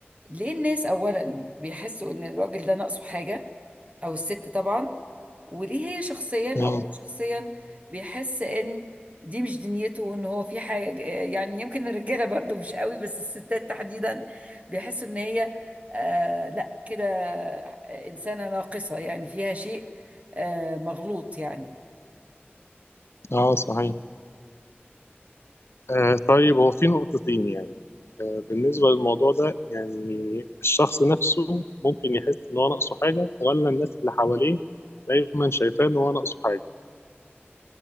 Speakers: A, on the right; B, on the left.
A: ليه الناس اولا بيحسوا ان الراجل ده ناقصه حاجة او الست طبعا وليه هي شخصيا او
B: مم.
A: مم. هو شخصيا بيحس ان دي مش دنيته وان هو في حاجه يعني يمكن الرجاله برضه مش قوي بس الستات تحديدا بيحسوا ان هي آه لا كده انسانه ناقصه يعني فيها شيء آه مغلوط يعني
B: اه صحيح آه طيب هو في نقطتين يعني آه بالنسبة للموضوع ده يعني الشخص نفسه ممكن يحس ان هو ناقصه حاجة ولا الناس اللي حواليه دايما شايفاه ان هو ناقصه حاجة